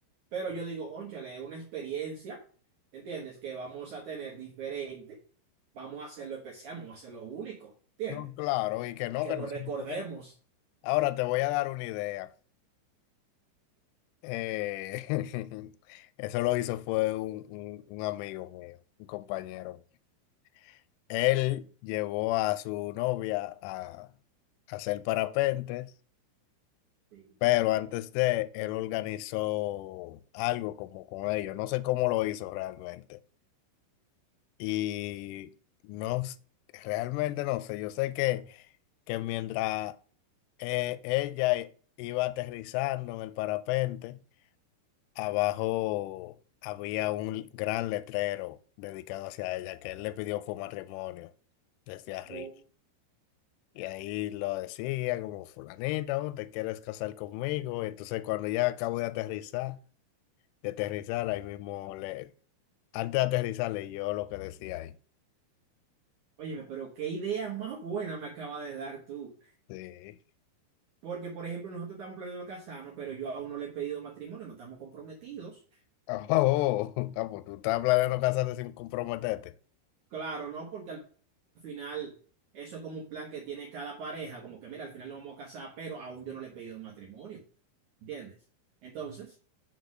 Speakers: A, on the right; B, on the left.
A: pero yo digo, ónchale, es una experiencia, ¿entiendes? Que vamos a tener diferente, vamos a hacerlo especial, vamos a hacerlo único, ¿entiendes?
B: No, claro, y que no,
A: Que
B: que
A: nos
B: no
A: recordemos.
B: se puede. Ahora te voy a dar una idea. Eh, <laughs> eso lo hizo fue un, un- un amigo mío, un compañero mío. Él llevó a su novia a a hacer parapentes.
A: Sí.
B: Pero antes de él organizó algo como con ellos, no sé cómo lo hizo realmente. Y no, s- realmente no sé, yo sé que, que mientras eh, ella i- iba aterrizando en el parapente, abajo había un gran letrero dedicado hacia ella, que él le pidió fue matrimonio desde arriba.
A: O-
B: Y ahí lo decía como fulanito, ¿te quieres casar conmigo? Entonces cuando ya acabo de aterrizar. de aterrizar, ahí mismo, le, antes de aterrizar, leyó lo que decía ahí.
A: Óyeme, pero qué idea más buena me acaba de dar tú.
B: Sí. <laughs>
A: Porque, por ejemplo, nosotros estamos planeando casarnos, pero yo aún no le he pedido matrimonio, no estamos comprometidos.
B: Oh, oh, oh, ah, pues tú estás planeando casarte sin comprometerte.
A: Claro, ¿no? Porque al final eso es como un plan que tiene cada pareja, como que mira, al final nos vamos a casar, pero aún yo no le he pedido matrimonio, ¿entiendes? Entonces,